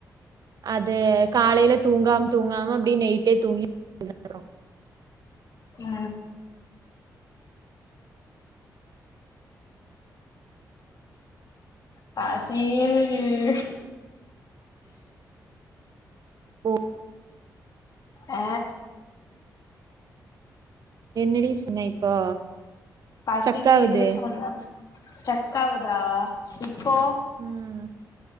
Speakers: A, on the right (about 60°); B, on the left (about 55°).
A: அது காலையில தூங்காம் தூங்காம அப்டியே நைட்டே தூங்கி அப்புறோ
B: ஆ பசியே இல்
A: போ
B: ஆ
A: என்னடி சொன்ன இப்போ
B: பசிக்கிது
A: ஸ்டக் ஆவுது
B: சொன்ன ஸ்டக் ஆவுதா இப்போ
A: ம்